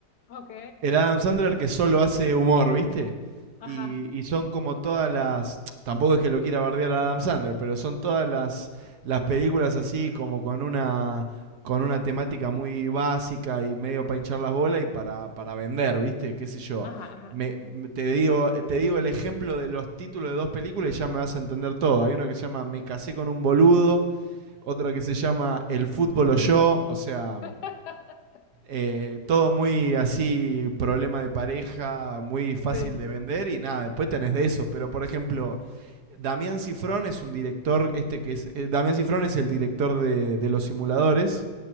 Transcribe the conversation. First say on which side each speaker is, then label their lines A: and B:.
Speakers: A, on the left; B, on the right.
A: Ok.
B: el Adam Sandler que solo hace humor, ¿viste?
A: Ajá,
B: Y, y son como todas las. Tampoco es que lo quiera bardear a Adam Sandler, pero son todas las, las películas así, como con una con una temática muy básica y medio para hinchar las bolas y para, para vender, ¿viste? ¿Qué sé yo?
A: ajá, ajá.
B: Me, me- te, digo, te digo el ejemplo de los títulos de dos películas y ya me vas a entender todo. Hay una que se llama Me casé con un boludo, otra que se llama El fútbol o yo, o sea,
A: <laughs>
B: eh, todo muy así, problema de pareja, muy fácil
A: Sí.
B: de vender y nada, después tenés de eso. Pero por ejemplo, Damián Cifrón es un director, este que es, eh, Damián Cifrón es el director de, de Los Simuladores,